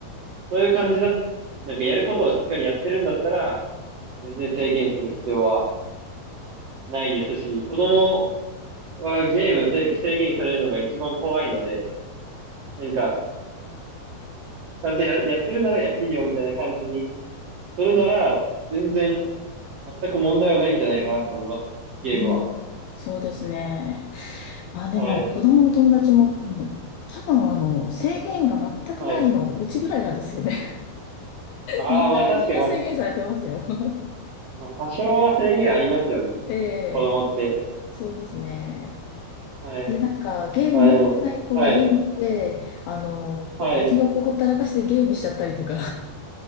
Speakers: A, on the right; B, on the left.
A: そういう感じだ、なんかやることをしっかりやってるんだったら、全然制限する必要はないですし、子供はゲームせ制限されるのが一番怖いので、なんか、ちゃんとや、やってるならやっていいよみたいな感じにするなら、全然、全く問題はないんじゃないかなと思います。ゲームは。
B: うん、そうですね。まあでも、
A: はい。
B: 子供の友達も、うん多分あの、制限が全くないの、
A: はい。
B: うちぐらいなんですよね。
A: ああ、
B: みんな、
A: まあ確かに、
B: みんな制限されてますよ。
A: まあ、
B: <laughs>
A: まあ、多少は制限ありますよね。
B: ええ、
A: 子供って。
B: そうですね。
A: はい。
B: で、なんか、ゲーム持ってない子が家に行って、
A: まあでも、はい。
B: あの、こう、
A: はい。
B: うちの子ほったらかしてゲームしちゃったりとか、